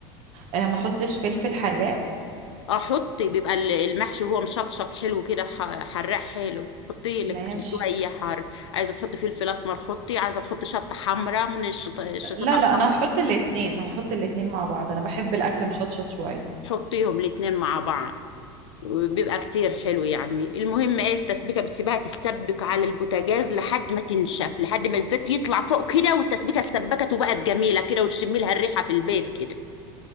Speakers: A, on the right; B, on the left.
A: آه ما احطش فلفل حراق
B: اه حطي بيبقى ال- المحشي هو مشطشط حلو كده ح- حراق حلو حطي لك
A: ماشي
B: شوية حار عايزة تحطي فلفل أسمر حطي عايزة تحطي شطة حمراء من الشط- الشطة
A: لا لا
B: الحمراء
A: انا هحط الاتنين هحط الاتنين مع بعض انا بحب الاكل مشطشط شويه
B: حطيهم الاتنين مع بعض وبيبقى كتير حلو يعني المهم ايه التسبيكة بتسيبها تتسبك على البوتاجاز لحد ما تنشف لحد ما الزيت يطلع فوق كده والتسبيكة اتسبكت وبقت جميلة كده وتشمي لها الريحة في البيت كده